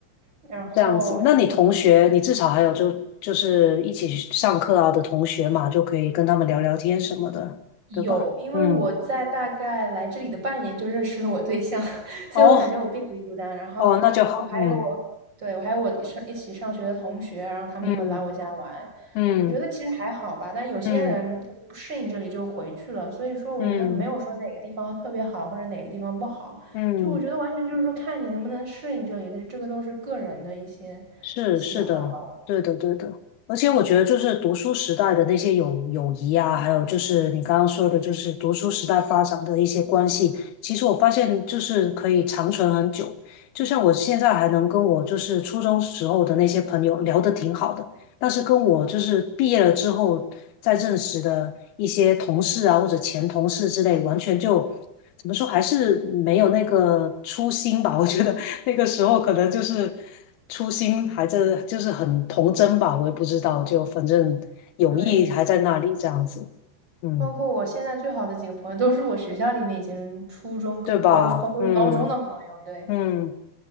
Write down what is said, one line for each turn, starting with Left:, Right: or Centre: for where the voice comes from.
Right: 然后就。
Left: 这样子。那你同学，你至少还有就就是一起上课啊的同学嘛，就可以跟他们聊聊天什么的，
Right: 有，
Left: 对吧？
Right: 因为我在大概来这里的半年就认识了我对象，
Left: 嗯，
Right: <laughs> 所以我感觉我并不孤单。
Left: 哦
Right: 然后我还有我，
Left: 哦，那就好。嗯
Right: 对，我还有我上一起上学的同学，然后他们也会来我家玩。
Left: 嗯嗯
Right: 我觉得其实还好吧，但有些人他就不适应这里就回去了。
Left: 嗯
Right: 所以说，我觉得没有说哪个地方特别好或者哪个地方不好，
Left: 嗯嗯。嗯
Right: 就我觉得完全就是说看你能不能适应这里的，这个都是个人的一些
Left: 是是的，
Right: 喜好吧。我
Left: 对的对的，而且我觉得就是读书时代的那些友友谊啊，还有就是你刚刚说的，就是读书时代发展的一些关系，其实我发现就是可以长存很久。就像我现在还能跟我就是初中时候的那些朋友聊得挺好的，但是跟我就是毕业了之后再认识的一些同事啊或者前同事之类，完全就怎么说还是没有那个初心吧，我觉得那个时候可能就是初心还在，就是很童真吧，我也不知道，就反正友谊还在那里这样子，
Right: 对，
Left: 嗯，
Right: 包括我现在最好的几个朋友，都是我学校里面以前初中、高高高都是高中的朋友。
Left: 对吧？嗯
Right: 对
Left: 嗯，